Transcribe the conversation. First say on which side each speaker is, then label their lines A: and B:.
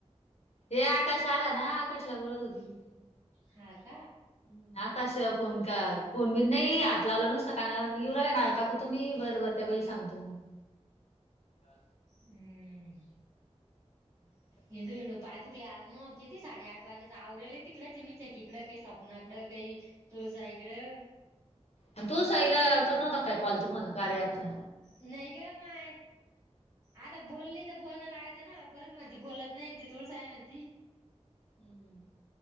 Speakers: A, on the left; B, on the right.
A: हे आकाश आला ना आकाशला बोलत होते मी.
B: हात.
A: हम् आताशिवा फोन का फोन मी. नाही आत लावला नसता कानाऊला ना काकू तो मी बरबर त्या बै सांगतो म्हणून. अ्छ.
B: हम्म.
A: ह <inaudible>
B: हिंडू हिंडू पाय दुखले आज मग किती साडे आठ वाजेच आवरेले तिकडडे च मचे तिकडडे काही सपनाकडे. काही तुळसा इकडं.
A: आणि तू सईला कर नवता काय कॉल तुम्हाला कार्याचा.
B: नाही का माय. आता बोलले तर बोलणं लागत ना परत मध्ये बोलत नाही ते तुळसाय म.
A: हम्म.